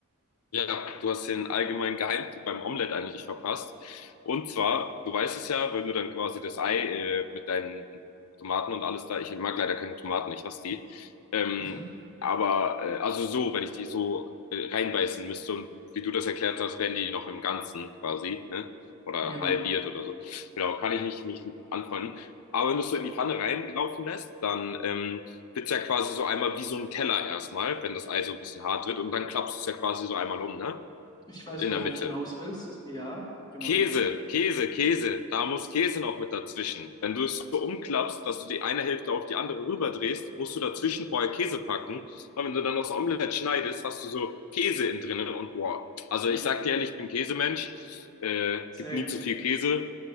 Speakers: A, on the left; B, on the left.
A: Ja, du hast den allgemeinen Geheimtipp beim Omelett eigentlich verpasst. Und zwar, du weißt es ja, wenn du dann quasi das Ei äh, mit deinen Tomaten und alles da, ich mag leider keine Tomaten, ich hasse die. Ähm,
B: Mhm.
A: aber, äh, also so, wenn ich die so äh, reinbeißen müsste und wie du das erklärt hast, wären die noch im Ganzen quasi, ne? Oder
B: Genau.
A: halbiert oder so. Genau, kann ich nicht mich anfreunden. Aber wenn du es so in die Pfanne reinlaufen lässt, dann ähm, wird's ja quasi so einmal wie so ein Teller erstmal, wenn das Ei so ein bisschen hart wird und dann klappst du es ja quasi so einmal um, ne?
B: Ich weiß,
A: In
B: worauf
A: der Mitte.
B: du hinaus willst. Ja, genau
A: Käse,
B: richtig.
A: Käse, Käse, da muss Käse noch mit dazwischen. Wenn du es so umklappst, dass du die eine Hälfte auf die andere rüberdrehst, musst du dazwischen vorher Käse packen. Und wenn du dann noch das Omelett schneidest, hast du so Käse in drinne und boah. Also
B: Ja,
A: ich sag dir ehrlich, ich bin Käsemensch, äh,
B: same.
A: gibt nie zu viel Käse.